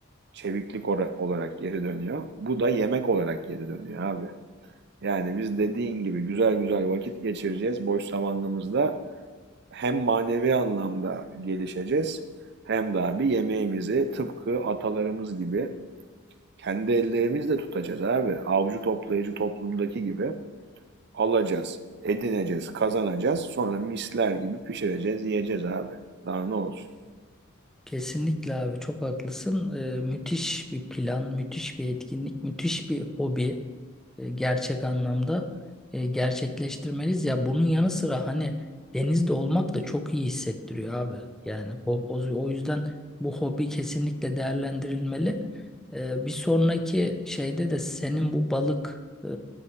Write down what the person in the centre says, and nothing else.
Kesinlikle abi çok haklısın. Ee, müthiş bir plan, müthiş bir etkinlik, müthiş bir hobi e, gerçek anlamda e, gerçekleştirmeliyiz. Ya bunun yanı sıra hani denizde olmak da çok iyi hissettiriyor abi. Yani o, o, o yüzden bu hobi kesinlikle değerlendirilmeli. E, bir sonraki şeyde de senin bu balık e,